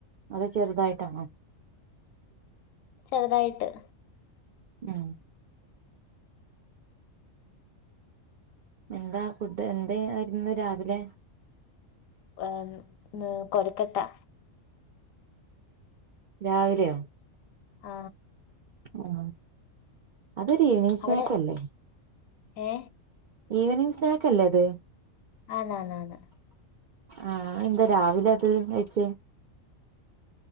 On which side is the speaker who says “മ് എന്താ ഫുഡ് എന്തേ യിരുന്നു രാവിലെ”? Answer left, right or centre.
Right